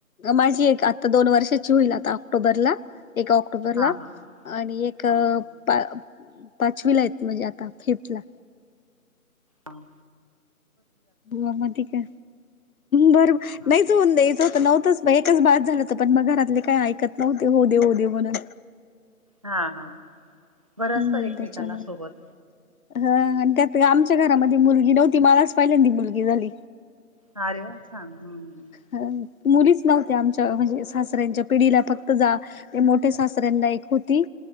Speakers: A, on the left; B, on the right.
A: माझी एक आता दोन वर्षाची होईल आता ऑक्टोबरला एक ऑक् क्टोबरला
B: हा हा
A: आणि एक
B: हा
A: पाचवी ला य म्हणजे आता फिफ्थ ला
B: हां
A: ग म का बर
B: हा
A: नाहीच होऊन द्यायचं होतं नव्हतच एकच बाद झालं होत पण मग घरातले काही ऐकत नव्हते हो दे हो दे म्हणून
B: हा हा बरं
A: हम्म
B: असत एकमेकांना
A: त्याच्यामुळे
B: सोबत.
A: ह आणि त्यात आमच्या घरामध्ये मुलगी नव्हती मलाच पहिलेंदी मुलगी झाली.
B: ह रे वा छान हम्मम्म
A: मुलीच नव्हत्या आमच्या म्हणजे सासऱ्यांच्या पिढीला फक्त जा ते मोठ्या सासऱ्यांना एक होती